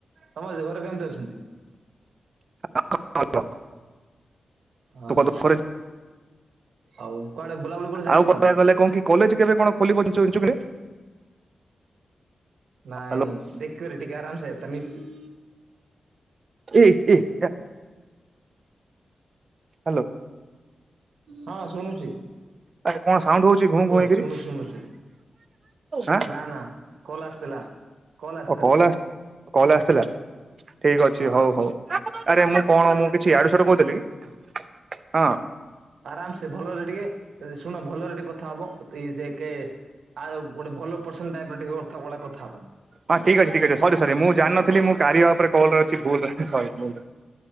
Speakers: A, on the right (about 85°); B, on the right (about 50°).
A: ତମ ଜ୍ ଘରେ କେମିତି ଅଛନ୍ତି?
B: <inaudible> ସୁଖ
A: ଓହ
B: ଦୁଃଖରେ।
A: ଆଉ କୁଆଡେ ବୁଲାବୁଲି କରି ଯାଇଛୁ
B: ଆଉ କହିବାକୁ
A: କଣ?
B: ଗଲେ କି କଲେଜ କେବେ କଣ ଖୋଲିବ ଜାଣିଛୁ କିରେ?
A: ନାଇଁ
B: ହ୍ୟାଲୋ
A: ଦେଖିବରେ ଟିକେ ଆରାମସେ ତା ମିସ
B: <unintelligible> ହ୍ୟାଲୋ।
A: ହଁ ଶୁଣୁଛି।
B: ଆରେ କଣ ସାଉଣ୍ଡ ହଉଛି ଘୁଁ ଘୁଁ
A: କୁହ
B: ହେଇକିରି?
A: ଶୁଣୁଛି ଶୁଣୁଛୁ
B: ଆଁ
A: ନା ନା କଲ ଆସିଥିଲା। କଲ୍ ଆସିଥିଲା
B: ଓ କଲ ଆସ କଲ ଆସିଥିଲା। ଠିକ ଅଛି।
A: ହଁ
B: ହୋଉ ହୋଉ ଆରେ
A: ହଁ
B: ମୁଁ କଣ ମୁଁ କିଛି ୟାଡୁ ସିଆଡ କହୁଥିଲି କି? ହଁ।
A: ଆରାମ ସେ ଭଲରେ ଟିକେ ଶୁଣ ଭଲରେ ଟିକେ କଥା ହବ ତି ସେ କେ ଆଉ ଗୋଟେ ଭଲ ପର୍ଶେଣ୍ଟ ଟାଇପର ଟିକେ ଅର୍ଥ ଭଳେ କଥା ହବ।
B: ହଁ ଠିକ୍ ଅଛି ଠିକ ଅଛି ସରି ସରି ମୁଁ ଜାଣିନଥିଲି କାରିିଆ ଉପରେ କଲରେ ଅଛି ଭୁଲରେ ସରି।